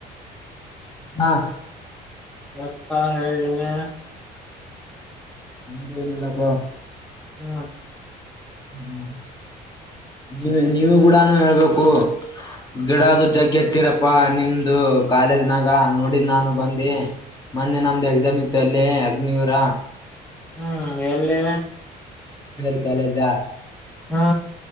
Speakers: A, on the left (about 25°); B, in the centre.
A: ಹಾ
B: ಮತ್ತ ಹೇಳಿ ನೀನೆ
A: ನ್ದು ಏನಿಲ್ಲಾಪ್ಪ
B: ಹ್ಮ್
A: ಹ್ಮ ನೀವ ನೀವು ಕೂಡಾನ ಹೇಳ್ಬೇಕು ಗಿಡದು ಜಗ್ಗೆ ಎತ್ತೀರಪ್ಪಾ ನಿಮ್ದು ಕಾಲೇಜ್ನಾಗ ನೋಡ್ ನಾನು ಬಂದ ಮೊನ್ನೆ ನಮ್ದು ಎಕ್ಸಾಮ್ ಇತ್ತು ಅಲ್ಲೇ ಅಗ್ನೂವಿರ
B: ಹ್ಮ್ ಎಲ್ಲಿ
A: ಬೇರೆ ಕಾಲೇಜಾ
B: ಹಾ